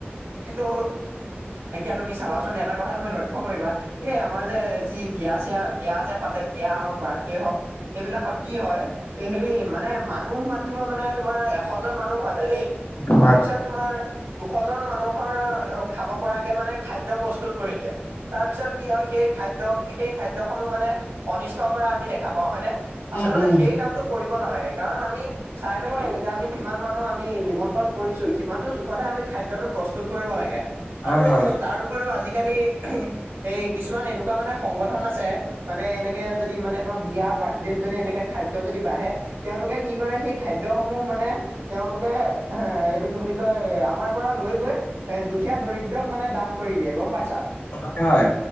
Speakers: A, on the right; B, on the left.
A: কিন্তু, এতিয়া তুমি চাবাচোন, এটা কথা তুমি লক্ষ্য কৰিবা এই আমাৰ যে, যি বিয়া চিয়া, বিয়া যে পাতে, বিয়া হওক, বাৰ্থডে হওক এইবিলাকত কি হয় হেৰি মানে মানুহ মাতিব মানে তোমাৰ এশ সজন মানুহ মতে দেই।
B: হয়
A: তাৰপিছত তোমাৰ দুশ জন মানুহৰ খাব পৰাকে মানে খাদ্য প্ৰস্তুত কৰি দিয়ে। তাৰ পিছত কি হয়, সেই খাদ্য, সেই খাদ্য সমূহ মানে, অনিষ্ট কৰা আমি দেখা পাওঁ হয়নে। আচলতে
B: উম উম
A: সেই কামটো কৰিব নালাগে কাৰণ আমি চাই ল'ব লাগে যে আমি কিমান মানুহ আমি নিমন্ত্ৰণ কৰিছো সিমানতো জোখতহে আমি খাদ্যটো প্ৰস্তুত কৰিব লাগে।
B: হয়
A: আৰু
B: হয়
A: তাৰ উপৰিও আজিকালি এই কিছুমান এনেকুৱা মানে সংগঠন আছে। মানে এনেকে, যদি মানে, তোমাৰ বিয়া, বাৰ্থডেত যদি, এনেকে খাদ্য যদি বাঢ়ে তেওঁলোকে কি কৰে, সেই খাদ্য সমূহ মানে তেওঁলোকে, এ এইটো কি বুলি কয়, আমাৰ পৰা লৈ গৈ এ দুখীয়া, দৰিদ্ৰক, মানে দান কৰি দিয়ে, গম পাইছা।
B: হয় হয়।